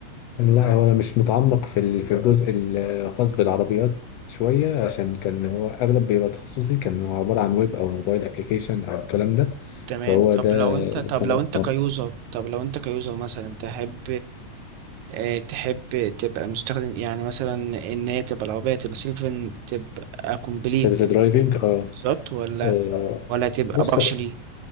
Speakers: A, on the left; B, on the right.
A: لا هو انا مش متعمق في ال- في الجزء الخاص بالعربيات شويه عشان كان هو اغلب بيبقى تخصصي كان هو عباره عن ويب او موبايل ابلكيشن او الكلام ده
B: تمام
A: فهو ده
B: طب لو انت
A: اللي
B: طب
A: خلاني-
B: لو انت
A: طب
B: كيوزر طب لو انت كيوزر مثلا تحب آه، تحب تبقى مستخدم يعني مثلا ان هي تبقى العربية تبقى سيلف تبقى كومبليت
A: سيلف درايفنج اه
B: بالظبط ولا
A: آه،
B: ولا تبقى
A: بص
B: بارشلي